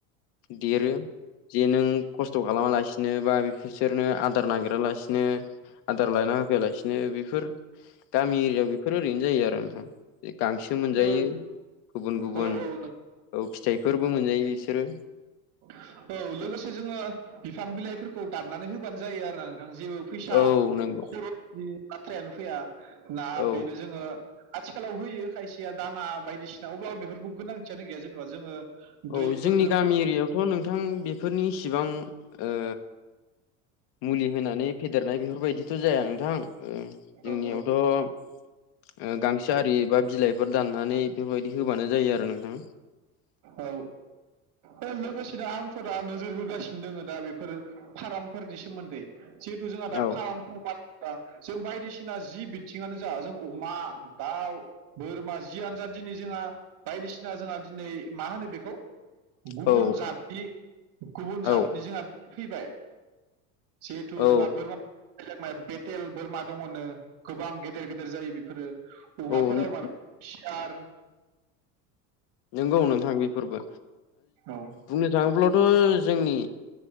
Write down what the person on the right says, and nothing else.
औ
औ नों-
औ लोगोसे जोङो बिफां बिलाइफोरखौ दाननानै होबानो जायो आरो नोंथां जेबो फैसा
खरसनि बाथ्रायानो फैया ना
बेनो जोङो आथिखालाव होयो खायसेया दाना बायदिसिना अब्लाबो बेफोरखौ गोनांथियानो गैया जेनेबा जोङो
दैफोर
होबा
औ औ
औ औ लोगोसेनो आंथ' दा नोजोर होगासिनो दङ दा बेफोर फार्मफोरनि सोमोन्दै जिहेथु जोंहा दा
फार्मफोर बा जों बायदिसिना जि बिथिङानो जा जों अमा दाउ बोरमा जि आनजाद दिनै जोंहा बायदिसिना जोंहा दिनै मा होनो बेखौ गुबुन
जातनि गुबुन
जातनिजोंहा फैबाय जिहेथु
जोंहा बोरमा बे म बेथेल बोरमा दङनो गोबां गेदेर गेदेर जायो बेफोरो अमाफोराव
माबा हुसियार
औ